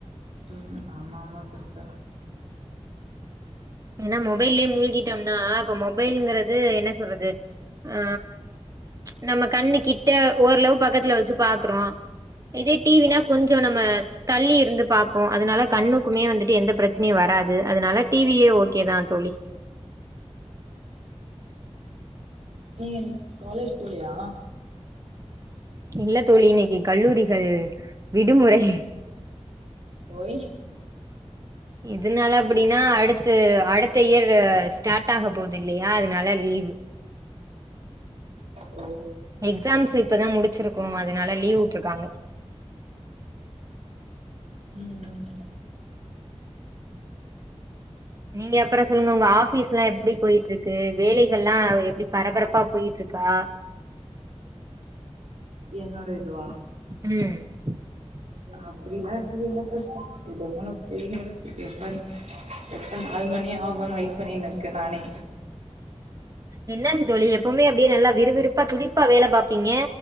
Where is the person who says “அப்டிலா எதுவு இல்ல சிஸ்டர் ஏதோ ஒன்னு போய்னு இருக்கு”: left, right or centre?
Right